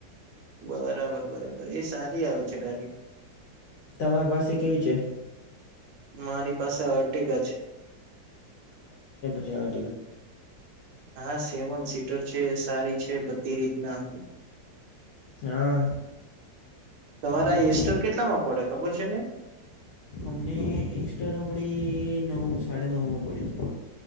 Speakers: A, on the right; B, on the left.
A: બ બરાબર બરાબર એ સારી આવે છે ગાડી
B: તમારી પાસે કેવી છે
A: મારી પાસે અર્ટીગા છે
B: અર્ટીગા
A: હા સેવન સીટર છે સારી છે બધી રીતના
B: હા
A: તમારે
B: બી કોઈ
A: એસ્ટર કેટલામાં પડે ખબર છે કઈ?
B: અમને એસ્ટર પડી નવ સાડા નવ માં પડી છે